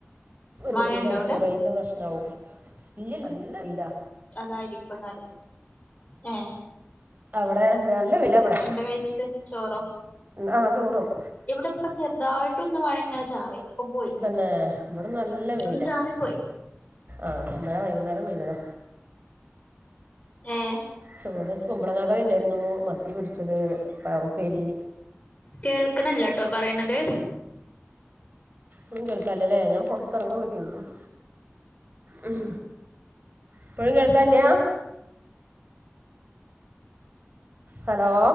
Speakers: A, on the left; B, on the right.
A: മഴയുണ്ടോ
B: റമൂലായിട്ട്
A: അവിടെ
B: റേന്റെ പ്രശ്നാവും ഇല്ല നല്ല വെയ്ലാ
A: അതായിരിക്കും എന്നാല് ഏ
B: അവിടെ നല്ല വെയ്ല
A: ശരി
B: വടെ
A: എന്താ കഴിച്ചിട്ട് ചോറോ
B: ആഹ് ചോറ്ക്ക
A: ഇവിടെ ഇപ്പം ചെറുതായിട്ടൊന്ന് മഴ ഇങ്ങനെ ചാറി ഇപ്പൊ പോയി
B: തന്നെ ഇവിടന്ന് നല്ല വെയില
A: ഒന്ന് ചാറി പോയി
B: ആഹ് ഇന്നലെ വൈകുന്നേരം പെയിതതാ
A: ഏ
B: ചോറ് കുമ്പളങ്ങകറി ഉണ്ടായിരുന്നു മത്തി പൊരിച്ചത് പയറുപ്പേരി
A: കേൾക്കണ്ല്ലട്ടോ പറിയിണത്
B: മ് കേൾക്കാല്ലലെ ഞാൻ പൊറത്തിറങ്ങൊക്കെ ചെയ്യ്ത്ക്ക്ണ് ഉം ഇപ്പോഴും കേൾക്കല്ലയാ ഹലോ